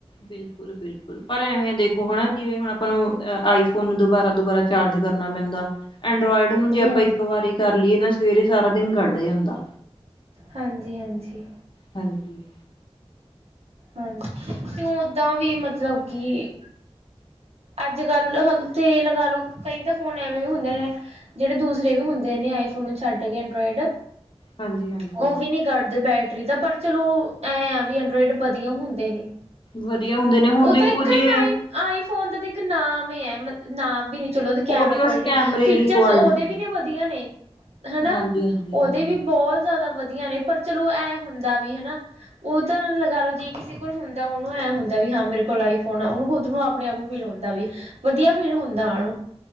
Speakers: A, on the left; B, on the right.
A: ਬਿਲਕੁਲ-ਬਿਲਕੁਲ, ਪਰ ਐਵੇਂ ਆ ਦੇਖੋ ਹੁਨ ਜਿਵੇਂ ਹੁਣ ਆਪਾਂ ਨੂੰ ਆਈ ਫੋਨ ਦੁਬਾਰਾ-ਦੁਬਾਰਾ ਚਾਰਜ ਕਰਨਾ ਪੈਂਦਾ, ਐਂਡਰੋਇਡ ਨੂੰ ਜੇ ਆਪਾਂ
B: ਹਾਂਜੀ
A: ਇੱਕ ਵਾਰੀ ਕਰ ਲਈਏ ਨਾ ਸਵੇਰੇ ਸਾਰਾ ਦਿਨ ਕੱਢ ਜਾਂਦਾ।
B: ਹਾਂਜੀ-ਹਾਂਜੀ।
A: ਹਾਂਜੀ
B: ਹਾਂਜੀ, ਤੇ ਓਦਾਂ ਵੀ ਮਤਲਬ ਕੀ- ਅੱਜਕੱਲ ਹ ਤੇ ਲਗਾ ਲਓ ਕਈ ਤੇ ਫੋਨ ਐਵੇਂ ਵੀ ਹੁੰਦੇ ਨੇ- ਜਿਹੜੇ ਦੂਸਰੇ ਵੀ ਹੁੰਦੇ ਨੇ ਆਈਫੋਨ ਨੂੰ ਛੱਡ ਕੇ ਐਂਡਰਾਇਡ,
A: ਹਾਂਜੀ ਹਾਂਜੀ
B: ਉਹ ਵੀ ਨੀ- ਕੱਢਦੇ ਬੈਟਰੀ ਦਾ ਪਰ ਚਲੋ, ਐਂ ਆ ਵੀ ਐਂਡਰਾਇਡ ਵਧੀਆ ਹੁੰਦੇ ਨੇ।
A: ਵਧੀਆ ਹੁੰਦੇ ਨੇ ਹੁਣ
B: ਉਹ
A: ਦੇਖੋ
B: ਤਾਂ ਇੱਕ
A: ਜੇ
B: ਨਾ ਆਈਫੋਨ ਦਾ ਤੇ ਇੱਕ ਨਾਮ ਈ ਐ ਮ ਨਾਮ ਵੀ ਨੀ ਚਲੋ ਉਹਦੀ
A: ਉਹਦੇ
B: ਕੈਮਰਾ
A: ਵਾਸਤੇ
B: ਕੁਆਲਿਟੀ,
A: ਕੈਮਰੇ
B: ਫੀਚਰ
A: ਦੀ ਕੁਆਲਿਟੀ
B: ਉਹਦੇ ਵੀ
A: ਹੈ।
B: ਨੇ ਵਧੀਆ ਨੇ। ਹਨਾ,
A: ਹਾਂਜੀ ਹਾਂਜੀ
B: ਉਹਦੇ
A: ਹਾਂਜੀ
B: ਵੀ ਬਹੁਤ ਜਿਆਦਾ ਵਧੀਆ ਨੇ ਪਰ ਚਲੋ ਐ ਹੁੰਦਾ ਵੀ ਹਨਾ ਉਹ ਤਾਂ ਲਗਾ ਲਓ ਜੇ ਕਿਸੇ ਕੋਲ ਹੁੰਦਾ ਉਹਨੂੰ ਐਂ ਹੁੰਦਾ ਵੀ ਹਾਂ ਮੇਰੇ ਕੋਲ ਆਈ ਫੋਨ ਆ ਉਹਨੂੰ ਖੁਦ ਨੂੰ ਆਪ ਆਪਣੇ ਆਪ ਨੂੰ ਫੀਲ ਹੁੰਦਾ ਵੀ, ਵਧੀਆ ਫੀਲ ਹੁੰਦਾ ਉਹਨੂੰ।